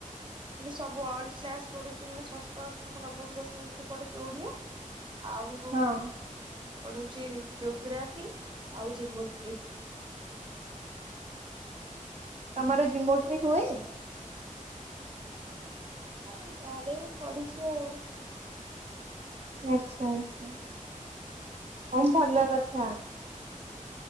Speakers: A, on the right (about 35°); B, on the right (about 50°).
A: ମାନେ ସବୁ ଅଲ କ୍ଲାସ ପଢୁଛି ମାନେ ଷଷ୍ଠ ଅଷ୍ଟମ ନବମ ଦଶମୀକୁ ପଢୁଛି ଓଡିଆ ଆଉ
B: ହଁ।
A: ପଢଉଛି ଜୋଗ୍ରାଫି ଆଉ ଜିମୋଟ୍ରି।
B: ତମର ଜିମୋଟ୍ରି ହୁଏ?
A: ହଁ ଯାହାହେଲେବି ପଢିଛି ଆଉ
B: ଆଚ୍ଛା ଆଛା କଁ ଭଲ କଥା।